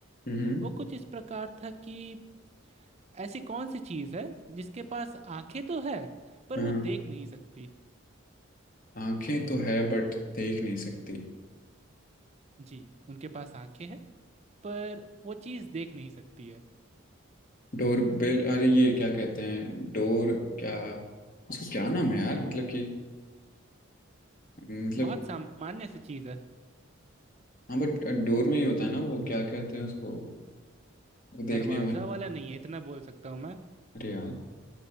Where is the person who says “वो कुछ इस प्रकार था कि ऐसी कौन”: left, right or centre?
Right